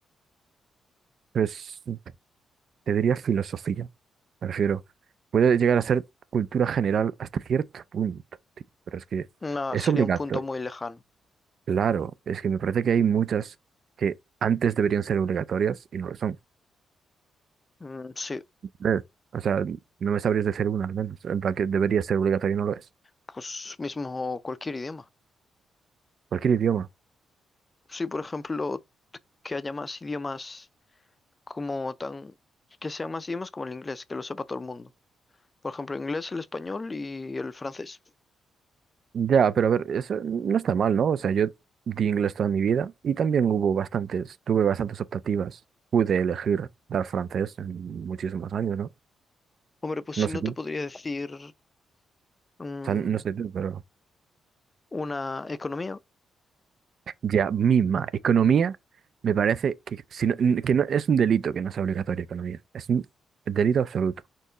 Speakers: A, on the right; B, on the left.
A: Pues te diría filosofía. Me refiero, puede llegar a ser cultura general hasta cierto punto, tío, pero es que
B: Nah,
A: es
B: sería
A: obligatorio.
B: un punto muy lejano.
A: Claro, es que me parece que hay muchas que antes deberían ser obligatorias y no lo son.
B: Mm, sí,
A: ¿Ves? O sea, no me sabrías decir una al menos, en plan que debería ser obligatorio y no lo es.
B: pues mismo cualquier idioma.
A: Cualquier idioma.
B: Sí, por ejemplo, que haya más idiomas como tan... que sean más idiomas como el inglés, que lo sepa todo el mundo. Por ejemplo, inglés, el español y el francés.
A: Ya, pero a ver, eso no está mal, ¿no? O sea, yo di inglés toda mi vida y también hubo bastantes, tuve bastantes optativas. Pude elegir dar francés en muchísimos años, ¿no?
B: Hombre, pues
A: No
B: si
A: sé
B: no
A: tú,
B: te
A: o
B: podría decir mm,
A: sea, no sé tú, pero...
B: una economía,
A: Ya, misma. Economía me parece que, si no- que no, es un delito que no sea obligatorio economía. Es un delito absoluto.